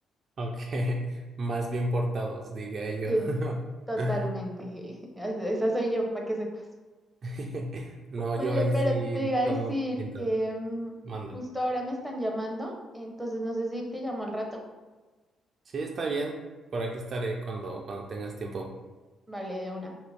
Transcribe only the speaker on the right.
Aunque más bien portados, diría yo.
<laughs>
<laughs> No,
yo ahí
sí
como
siento.
Mande.
Sí, está bien. Por aquí estaré cuando, cuando tengas tiempo.